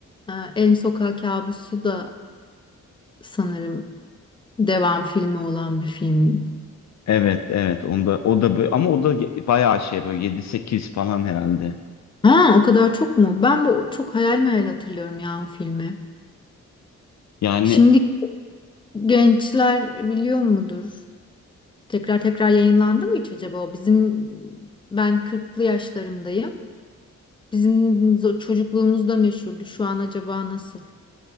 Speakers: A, on the left (about 15°); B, on the left (about 60°).
A: Ee, Elm Sokağı Kabusu da sanırım devam filmi olan bir film.
B: Evet evet onda o da böyle ama o da ge- bayağı şey böyle yedi sekiz falan herhalde.
A: Ha, o kadar çok mu? Ben bu çok hayal meyal hatırlıyorum ya o filmi.
B: Yani
A: Şimdi gençler biliyor mudur? Tekrar tekrar yayınlandı mı hiç acaba? o? Bizim ben kırklı yaşlarımdayım. Bizim zo- çocukluğumuzda meşhurdu. Şu an acaba nasıl?